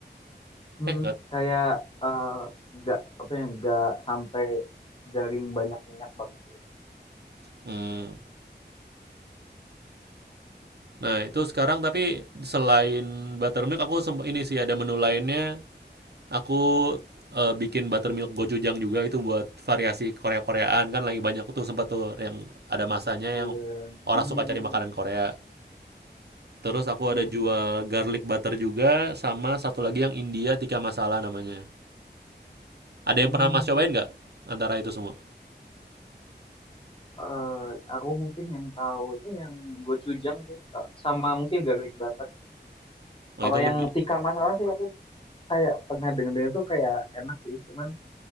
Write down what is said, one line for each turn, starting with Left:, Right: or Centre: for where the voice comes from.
Left: Mm,
Right: Eh nggak.
Left: kayak eh, nggak apa ya nggak sampai garing banyak minyak banget gitu
Right: Hmm. Nah itu sekarang tapi selain buttermilk aku semp- ini sih ada menu lainnya. Aku eh, bikin buttermilk gochujang juga itu buat variasi Korea-Koreaan kan lagi banyak tuh sempat tuh yang ada masanya
Left: Oh
Right: yang
Left: ya,
Right: orang
Left: ini
Right: suka cari
Left: ya.
Right: makanan Korea. Terus aku
Left: Oh,
Right: ada jual
Left: ya.
Right: garlic butter juga, sama satu lagi yang India tikka masala namanya. Ada
Left: Hmm,
Right: yang pernah Mas cobain nggak antara itu semua?
Left: eh, aku mungkin yang tahu tuh yang gochujang sih, Kak. sama mungkin garlic butter.
Right: Oh
Left: Kalau
Right: itu lebih.
Left: yang tikar masalah sih aku kayak pernah dengar-dengar tuh kayak enak sih, cuman